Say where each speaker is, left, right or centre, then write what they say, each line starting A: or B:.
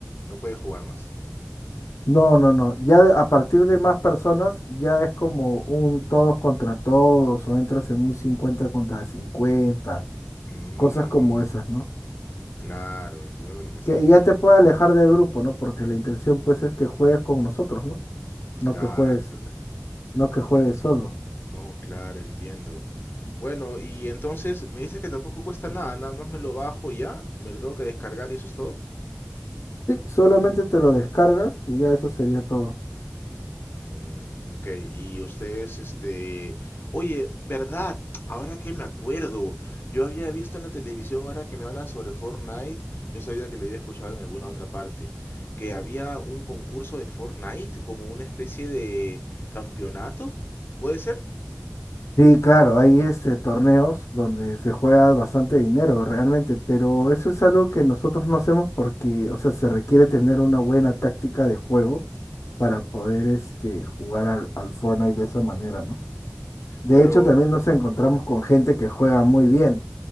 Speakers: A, on the left; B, on the left.
A: No puedes jugar más.
B: No, no, no. Ya de- a partir de más personas ya es como un todos contra todos o entras en un 50 contra 50,
A: Mm,
B: cosas como esas, ¿no?
A: claro, entiendo lo que me estás
B: Que
A: diciendo.
B: ya te puede alejar del grupo, ¿no? Porque la intención pues es que juegues con nosotros, ¿no? No
A: Claro.
B: que juegues, no que juegues solo.
A: No, claro, entiendo. Bueno, y entonces me dices que tampoco cuesta nada, nada más me lo bajo y ya, me lo tengo que descargar y eso es todo.
B: Sí, solamente te lo descargas y ya eso sería todo.
A: Mm, ok, y ustedes, este... Oye, ¿verdad? Ahora que me acuerdo, yo había visto en la televisión, ahora que me hablan sobre Fortnite, yo sabía que lo había escuchado en alguna otra parte, que había un concurso de Fortnite, como una especie de campeonato, ¿puede ser?
B: Sí, claro, hay este, torneos donde se juega bastante dinero realmente, pero eso es algo que nosotros no hacemos porque, o sea, se requiere tener una buena táctica de juego para poder este, jugar al, al Fortnite de esa manera, ¿no? De
A: Pero...
B: hecho, también nos encontramos con gente que juega muy bien,